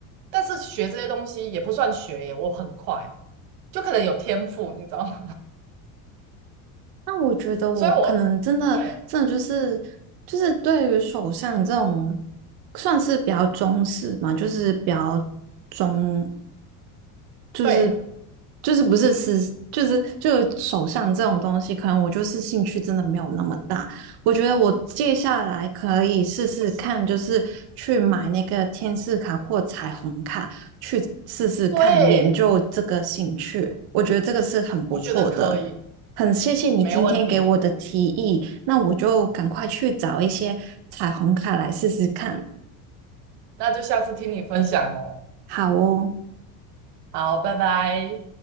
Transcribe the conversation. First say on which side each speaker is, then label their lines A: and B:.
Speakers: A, on the right (about 85°); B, on the right (about 55°).
A: 但是学这些东西也不算学耶，我很快，就可能有天赋，你知道吗？
B: 那我觉得我可能真的真的就是就是对于手相这种
A: <laughs> 所以我对
B: 算是比较中式嘛，就是比较。中就是
A: 对，
B: 就是不是是就是就手上这种东西，可能我就是兴趣真的没有那么大。我觉得我接下来可以试试看，
A: 我是
B: 就是去买那个天使卡或彩虹卡，去试试看研究这个兴趣。
A: 对，
B: 我觉得这个是很不错的，
A: 我觉得可以，
B: 很谢谢你今天给我的提议，
A: 没问题。
B: 那我就赶快去找一些彩虹卡来试试看。
A: 那就下次听你分享哦。
B: 好哦。
A: 好，拜拜。